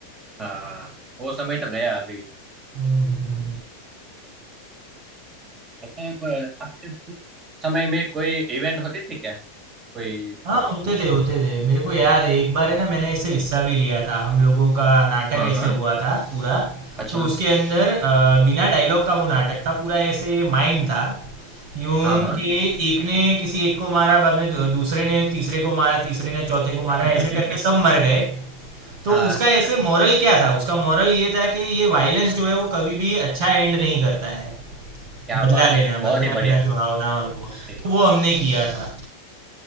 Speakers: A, on the right; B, on the right.
A: हाँ वो समय तो गया अभी
B: हम्म, हम्म, हम्म।
A: अच्छा, कोई आपके स्कूल समय में कोई इवेंट होती थी क्या कोई
B: हाँ
A: अ,
B: होते थे होते थे मेरे को याद है एक बार है ना मैंने इससे हिस्सा भी लिया था हम लोगों का नाटक
A: हाँ
B: ऐसे
A: हाँ
B: हुआ था पूरा
A: अच्छा
B: तो उसके अंदर अ, बिना डायलॉग का वो नाटक था पूरा ऐसे माइंड था यूं
A: हाँ हाँ
B: कि एक ने किसी एक को मारा बाद में दू- दूसरे ने तीसरे को मारा तीसरे ने चौथे को
A: <laughs>
B: मारा ऐसे करके सब मर गए तो
A: हाँ
B: उसका ऐसे मॉरल क्या था उसका मॉरल ये था कि ये वायलेंस जो है वो कभी भी अच्छा एंड नहीं करता है
A: क्या
B: बदला
A: बात
B: लेना
A: है बहुत
B: बदला
A: ही बढ़िया
B: लेना की भावना और वो
A: जी
B: तो वो हमने किया था